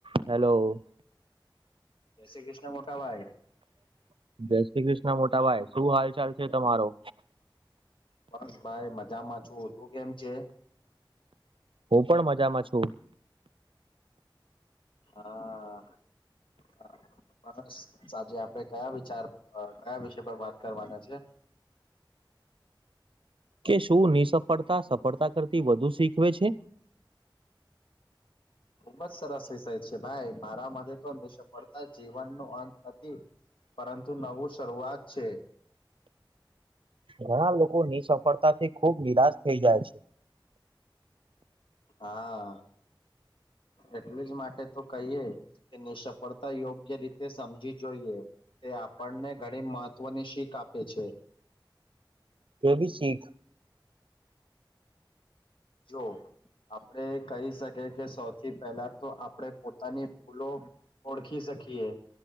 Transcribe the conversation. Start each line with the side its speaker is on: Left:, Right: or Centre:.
Right: Hello.
Left: જય શ્રી કૃષ્ણ મોટા ભાઈ.
Right: જય શ્રી કૃષ્ણ મોટાભાઈ શું હાલ ચાલ છે તમારો.
Left: બસ ભાઈ મજામાં છું તું કેમ છે.
Right: હું પણ મજામાં છું.
Left: હા બસ સાજે આપે કયા વિચાર કયા વિષય પર વાત કરવાના છે.
Right: કે શું નિસફળતા સફળતા કરતી વધુ શીખવે છે
Left: ખુબ જ સરસ વિષય છે ભાઈ મારા મગજ તો નિષ્ફળતા જીવન ન અંત નથી પરંતુ નવું શરૂઆત છે.
Right: ઘણા લોકો ની સફળતા થી ખુબ નિરાશ થઇ જાય છે.
Left: હા એટલે જ માટે તો કહીએ નિસફળતા યોગ્ય રીતે સમજી જોઈએ. તે આપણને ઘણી મહત્વની શીખ આપે છે.
Right: કેવી શીખ.
Left: જો આપણે કહી શકી કે સૌથી પહેલા તો આપણે પોતાની ભૂલો ઓળખી શકીએ